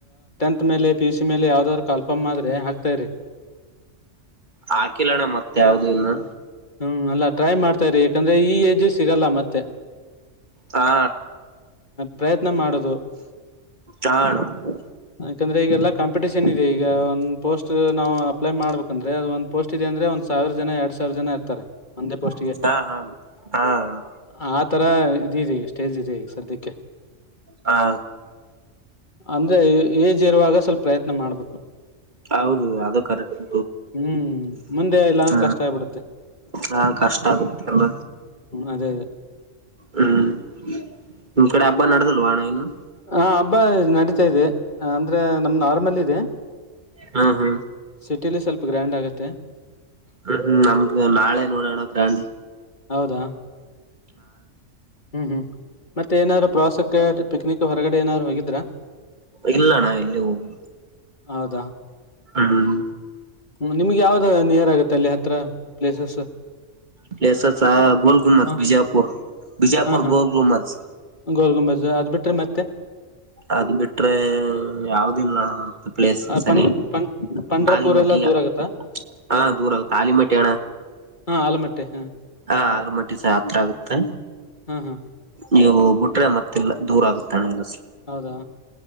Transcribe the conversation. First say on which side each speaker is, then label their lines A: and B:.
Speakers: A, on the left (about 40°); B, on the right (about 40°).
A: ಟೆಂತಮೇಲೆ ಪಿಯುಸಿ ಮೇಲೆ ಯಾವ್ದಾದ್ರು ಕಾಲ್ ಫಾರ್ಮ್ ಆದ್ರೆ ಹಾಕ್ತಾರಿ
B: ಹಾಕಿಲ್ಲಣ್ಣ ಮತ್ತ ಯಾವ್ದ ಇನ್ನು
A: ಹ್ಮ್ ಅಲ್ಲಾ ಟ್ರೈ ಮಾಡ್ತಾರಿ ಯಾಕಂದ್ರೆ ಈ ಏಜ್ ಸಿಗಲ್ಲ ಮತ್ತೆ
B: ಹಾ
A: ಪ್ರಯತ್ನ ಮಾಡುದು
B: ಹ ಅಣ್ಣ
A: ಯಾಕಂದ್ರೆ ಈಗೆಲ್ಲ ಕಂ ಟೇಷನ್ ಇದೆ ಈಗ ಒಂದ್ ಪೋಸ್ಟ್ ನಾವು ಅಪ್ಲೈ ಮಾಡ್ಬೇಕಂದ್ರೆ ಅದು ಒಂದ ಪೋಸ್ಟ್ ಇದೆ ಅಂದ್ರೆ ಒಂದ ಸಾವಿರ ನ ಎರಡ್ ಸಾವಿರ ಜನ ಇರ್ತಾರೆ ಒಂದೇ ಪೋಸ್ಟ್ಗೆ
B: ಹ ಹಾ ಹಾ ಅಣ್ಣ
A: ಆ ತರ ಇಡೀದೇ ಈಗ ಸ್ಟೇಜ್ ಇದ ಈಗ ಸದ್ಯಕ್ಕೆ
B: ಹಾ
A: ಅಂದ್ರೆ ಏಜ್ ಇರುವಾಗ ಸ್ವಲ್ಪ ಪ್ರಯತ್ನ ಮಾಡ್ಬೇಕು
B: ಹೌದು ಅದು ಕರೆಕ್ಟ್
A: ಹ್ಮ್ ಮುಂದೆ ಇಲ್ಲ ಅಂದ್ರೆ
B: ಹ
A: ಕಷ್ಟ ಆಗ್ಬಿಡತ್ತೆ
B: ಹಾ ಕಷ್ಟ ಆಗುತ್ತೆ ಎಲ್ಲ
A: ಅದೇ ಅದೇ
B: ಹ್ಮ್ ನಿಮ್ ಕಡೆ ಹಬ್ಬ ನಡದಲ್ವಾಣ ಇನ್ನೂ
A: ಹಾ ಹಬ್ಬಾ ನಡೀತಾ ಇದೆ ಅಂದ್ರೆ ನಮ್ ನಾರ್ಮಲ್ ಇದೆ
B: ಹಾ ಹಾ್
A: ಸಿಟಿಲಿ ಸ್ವಲ್ಪ ಗ್ರ್ಯಾಂಡ್ ಆಗುತ್ತೆ
B: ಹ್ಮ್ ಹ್ಮ್ ನಮ್ದ ನಾಳೆ ನೋಡಣ ಗ್ರಾಂಡ್
A: ಹೌದಾ ಹ್ಮ್ ಹ್ಮ್ ಮತ್ತೆ ಏನಾದ್ರು ಪ್ರವಾಸಕ್ಕೆ ಪಿಕ್ನಿಕ್ ಹೊರಗಡೆ ಏನಾದ್ರು ಹೋಗಿದ
B: ಇಲ್ಲಣಾ ಎಲ್ಲಿ ಹೋಗಿಲ್ಲ
A: ಹೌದಾ
B: ಹ್ಮ್
A: ಹ್ಮ ನಿಮ್ಗೆ ಯಾವ್ದ ನಿಯರ್ ಆಗತ್ತೆ ಅಲ್ಲಿ ಹತ್ರ ಪ್ಲೇಸಸ್
B: ಪ್ಲೇಸಸಾ ಗೋಲಗುಂಬಜ
A: ಹ
B: ಬಿಜಾಪುರ್ ಬಿಜಾಪುರ್
A: ಹಾ ಹಾ
B: ಗೋಲಗುಂಬಜ
A: ಗೋಲ್ ಗುಂಬಜ್ ಅದ್ ಬಿಟ್ರೆ ಮತ್ತೆ
B: ಅದು ಬಿಟ್ರೆ ಯಾವ್ದಿಲ್ಲ ಪ್ಲೇಸ್ ಸನಿ
A: ಪಂಡ ಪಂ ಪಂಡ್ರಪೂರ್
B: ಆಲಮಟ್ಟಿ
A: ಎಲ್ಲಾ ದೂರ
B: ಹಾ
A: ಆಗತ್ತಾ
B: ದೂರ ಆಗುತ್ತ ಆಲಮಟ್ಟಿ ಅಣ್ಣ
A: ಹಾ ಆಲಮಟ್ಟೆ ಹಾ
B: ಹಾ ಆಲಮಟ್ಟಿಸ ಹತ್ರ ಆಗುತ್ತೆ
A: ಹಾ ಹಾ
B: ನೀವು ಬಿಟ್ರೆ ಮತ್ತ ದೂರ ಆಗುತ್ತಾನ ಅನಸ
A: ಹೌದಾ